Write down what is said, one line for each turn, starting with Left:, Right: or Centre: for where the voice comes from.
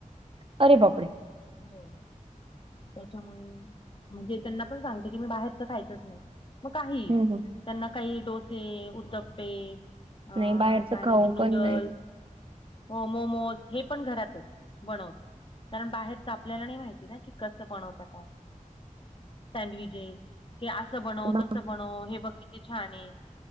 Right: अरे बापरे!
Left: हो. त्याच्यामुळे म्हणजे त्यांना पण सांगते की मी बाहेरच खायचंच नाही. मग काही
Right: हम्म हम्म.
Left: त्यांना काही डोसे, उतप्पे. अ
Right: नाही बाहेरच
Left: काय
Right: खाऊ
Left: म्हणत नूडल
Right: पण नाही.
Left: हो मोमोज हे पण घरातच बनवते. कारण बाहेरच आपल्याला नाही माहिती ना की कसं पण बनवतात. काय सँडविजेस असं बनवत
Right: बा-
Left: तसं बनव हे बघ हे किती छान आहे.